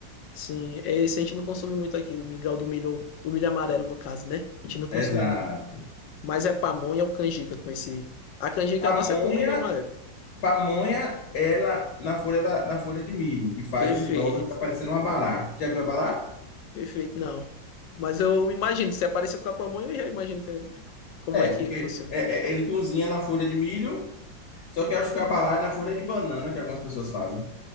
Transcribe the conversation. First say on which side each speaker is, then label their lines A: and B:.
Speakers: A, on the left; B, on the left.
A: Sim, É esse a gente não consome muito aqui, o mingau do milho, o milho amarelo no caso, né? A gente não consome
B: Exato.
A: muito. Mas é pamonha ou canjica com esse. A canjica
B: Pamonha,
A: nossa é com milho amarelo.
B: pamonha, ela na folha da, na folha de milho, que faz
A: Perfeito,
B: e dobra, fica parecendo um abará. Já viu abará?
A: perfeito, não. Mas eu imagino, se aparecer com a pamonha, eu já imagino que é- como
B: É,
A: é que
B: porque
A: funciona.
B: é- é- ele cozinha na folha de milho. Só que eu acho que a bará é na folha de banana que algumas pessoas fazem